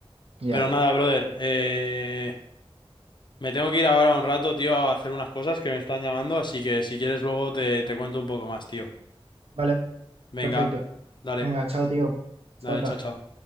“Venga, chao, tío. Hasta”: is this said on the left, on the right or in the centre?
Right